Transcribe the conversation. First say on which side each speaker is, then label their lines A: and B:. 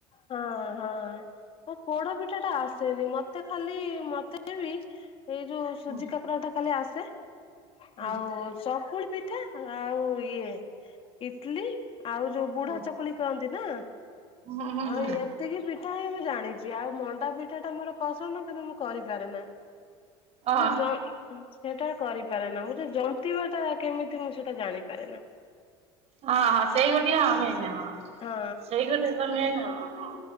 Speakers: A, on the left (about 45°); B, on the right (about 50°).
A: ହଁ ହଁ। ଓ ପୋଡ ପିଠା ଟା ଆସେନି ମତେ ଖାଲି ମତେ ବି ଏଇ ଯୋଉ ସୁଜି
B: ହୁଁ
A: କାକରା ଟା ଖାଲି ଆସେ।
B: ହୁଁ
A: ଆଉ ଚକୁଳ ପିଠା ଆଉ ଇଏ ଇଟଲି ଆଉ ଯୋଉ ବୁଢା
B: ହୁଁ
A: ଚକୁଳି କହନ୍ତି ନା।
B: ହୁଁ ହୁଁ
A: ଆଉ
B: ହୁଁ
A: ଏତିକି ପିଠା ହଁ ମୁଁ ଜାଣିଚି, ଆଉ ମଣ୍ଡା ପିଠା ଟା ମୋର ପସନ୍ଦ କିନ୍ତୁ ମୁଁ କରିପାରେ ନା,
B: ଓ
A: କି ଯ ସେଟା କରିପାରେ ନା ମୁଁ ସେ ଜନ୍ତିବା ଟା କେମିତି ମୁଁ ସେଟା ଜାଣିପାରେ ନା।
B: ହଁ ହଁ ସେଇ ଗୋଟିଏ ମେନ୍ ହଁ
A: ହଁ
B: ସେଇ ଗୋଟେ ତ ମେନ୍ ହଁ।